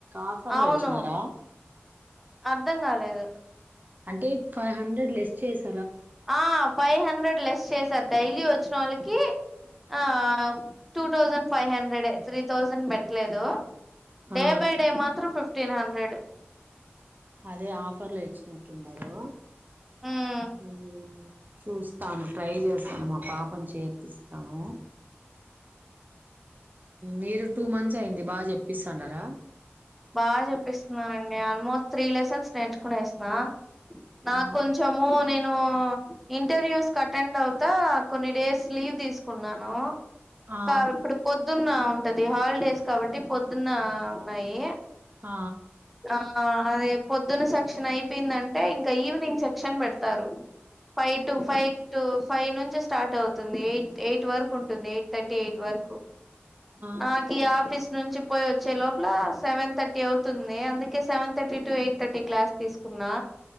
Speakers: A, on the right (about 40°); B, in the centre.
A: ఆఫర్
B: అవును
A: లో ఇచ్చినారా
B: అర్థం కాలేదు
A: అంటే ఫైవ్ హండ్రెడ్ లెస్ చేస్
B: ఆ ఫైవ్ హండ్రెడ్ లెస్ చేసారు డైలీ వచ్చిన వాళ్ళకి ఆ two thousand five hundred three thousand పెట్టలేదు డే
A: ఆ
B: బై డే మాత్రం ఫిఫ్ ఫ్టీన్ హండ్రెడ్
A: అదే ఆఫర్ లో ఇచ్చినట్టుండారు.
B: ఉమ్
A: హ చూస్తాను ట్రై చేస్తాను. మా పాపను చేర్పిస్తాను. మీరు టూ మంత్స్ అయింది బాగా చెప్పిస్తాండారా.
B: బాగా చెప్పిస్తున్నానండి ఆల్మోస్ట్ త్రీ లెసెన్స్ నేర్చుకునేసన్నా. నాకు
A: ఆ
B: కొంచము నేన్ ను ఇంటర్వ్యూస్ అటెండ్ అవుతా కొన్ని డేస్ లీవ్ తీసుకున్నాను.
A: ఆ
B: కా ఇప్పుడు పొద్ ద్దున్న ఉంటది హాలిడేస్ కాబట్టి పొద్దున్న ఉన్నాయి
A: ఆ
B: ఆ ఆ అదే పొద్దున్న సెక్షన్ అయిపోయిందంటే ఇంకా ఈవినింగ్ సెక్షన్ పెడతారు. Five to five to five నుంచి స్టార్ట్ అవుతుంది ఎయిట్ ఎయిట్ వరకు ఉంటుంది. ఎయిట్ థర్టీ ఎయిట్ వరకు
A: ఆ
B: మాకి ఆఫీస్ నుంచి పోయి వచ్చే లోపల సెవెన్ థర్టీ అవుతుంది. అందుకే seven thirty to eight thirty class తీసుకున్నా